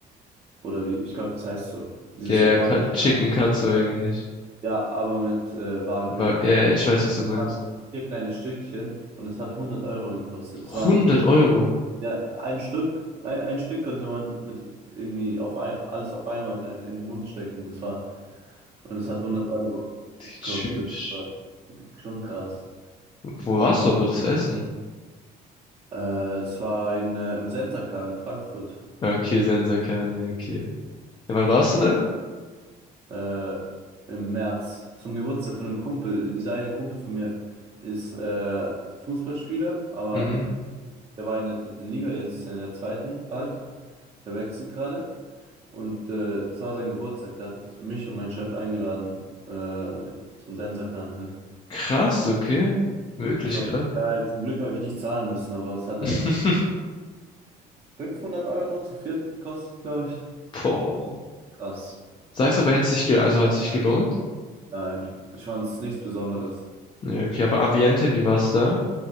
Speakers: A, on the right; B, on the left.
A: oder wie, ich glaube, das heißt so, dieses
B: Ja, ja,
A: japanische.
B: Ka- Chicken
A: da.
B: Katsu eigentlich.
A: Ja, aber mit äh, Wagyu
B: Aber,
A: halt.
B: ja, ja, ich weiß, was du meinst.
A: Waren vier kleine Stückchen und es hat 100 Euro gekostet. Es
B: 100
A: waren,
B: Euro.
A: ja, ein Stück, ein, ein Stück konnte man mit irgendwie auf ein, alles auf einmal in, in den Mund stecken. Das war Und es hat hundert Euro gekostet.
B: Tschüss.
A: Das war schon krass.
B: Wo warst du aber das Essen?
A: Äh, es war in, äh, im Sensakan in Frankfurt.
B: Ja, Okay, Sensaker, nee, okay. Ja, wann warst du da?
A: Äh, im März. Zum Geburtstag von einem Kumpel. Dieser eine Kumpel von mir ist äh, Fußballspieler, aber
B: Mhm.
A: der war in der dritten Liga, jetzt ist er in der zweiten bald. Er wechselt gerade. Und äh, es war sein Geburtstag. Da hat mich und meinen Chef eingeladen äh, zum Sensakan halt.
B: Krass, okay. Wirklich
A: Es war
B: krass.
A: richtig geil. Zum Glück habe ich nicht zahlen müssen, aber es hat
B: <laughs>
A: einfach 500 Euro zu viert kostet, glaube ich.
B: Boah.
A: Krass.
B: Sagst aber, hätte sich gel also hat sich gelohnt?
A: Nein, ich fand es nichts Besonderes.
B: Ja, okay, aber Ambiente, wie war's da?